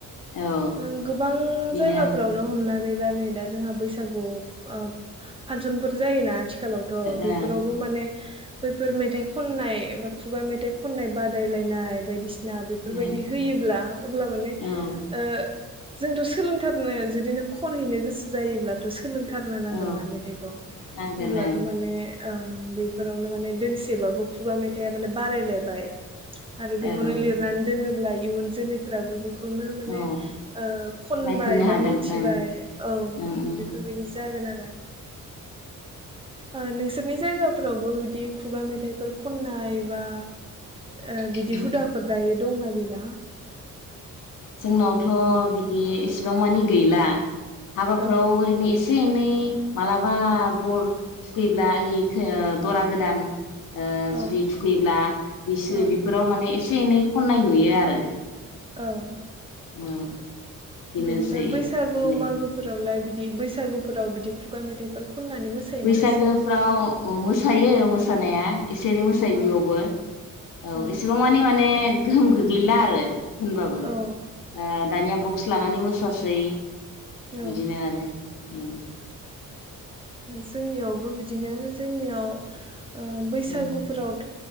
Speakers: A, on the left; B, on the right.
A: औ
B: ओं गोबां
A: बेनो
B: जायगाफोरावनो
A: आरो
B: हमनानै अब्ला नै दा जोंहा बैसागु फांसनफोर जायोना आथिखालावथ बेफोरावबो
A: ओ
B: माने <inaudible> बैफोर मेथाइ खननाय बा खुगा मेथाइ खननाय बादायलायनाय बायदिसि सिना बेफोरबायदि
A: ओं
B: होयोब्ला अब्ला माने
A: ओं
B: ओ जोंथ सोलोंथारनो जुदि नों खनहैनो गोसो जायोब्लाथ सोलोंथारनो नांगोन
A: औ
B: ना मेथाइखौ
A: नांगोन
B: होनब्लाथ माने ओ बेफोरावनो माने माने दोंसेबाबो खुगा मेथाइआ माने बारायलायबाय आरो बेखौनो
A: ओं
B: लिरनानै दोनो ब्ला इयुन जोलैफ्राबो बेखो बेखौनो माने
A: औ
B: ओ खनबाय
A: नायफिननो
B: बा
A: हागोन
B: मिनथिबाय
A: ओं
B: औ
A: ओं
B: बेफोरबायदि जागोन आरो <inaudible> ओ नोंसोरनि जायगाफोरावबो बिदि खुगा मेथाइफोर खननाय बा ओ बिदि
A: ओं
B: हुदाफोर दायो दं ना गैला?
A: जोंनावथ बिदि इसेबां मानि गैला हाबाफ्राव
B: औ
A: ओरैनो एसे एनै मालाबा बर थुखैब्ला इ दरा गोदान ओ
B: औ
A: जुदि थुखैब्ला बिसो
B: औ
A: बेफोराव माने एसे एनै खननाय नुयो आरो
B: औ।
A: औ। बेनोसै
B: बिनिफ्राय बैसागु
A: बेनो
B: मागो फोरावलाय बिदि दि बैसागुफोराव बिदि खुगा मेथाइफोर खननानै मोसायोना
A: बैसागोफ्राव
B: मोसाया
A: अ मोसायो सानाया एसे एनै मोसायो
B: औ
A: बेयावबो औ
B: औ
A: एसेबां मानि माने गोहोम गो गैला आरो बिद होनबाबो ओ
B: औ
A: दानिया ब खुस लानानै मोसासै। बिदिनो
B: औ
A: आरो। <unintelligible>
B: जोंनियावबो बिदिनो जोंनियाव ओ बैसागुफोरावथ'
A: उम